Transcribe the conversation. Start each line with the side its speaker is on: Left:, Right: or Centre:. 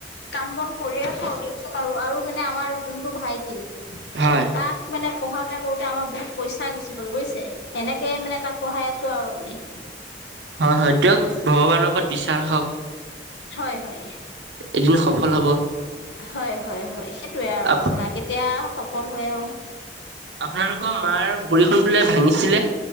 Left: কাম বন কৰি খাওঁ দিয়কচোন আৰু আৰু মানে আমাৰ যোনটো ভাইটি
Right: হয়।
Left: তাক মানে পঢ়াওঁতে কৰোতে আমাৰ বহুত পইচা গুচি গ'ল বুইছে। সেনেকে মানে তাক পঢ়াই আছো আৰু আমি।
Right: হয় হয় দিয়ক ভগৱানৰ ওপৰত বিশ্বাস ৰাখক।
Left: হয় হয়,
Right: এদিন সফল হব
Left: হয় হয় হয়। সেইটোৱে আৰু
Right: আপ
Left: আপোনাৰ কেতিয়া সফল হয় আও।
Right: আপোনালোকৰ মাৰ ভৰিখন বোলে ভাঙিছিলে?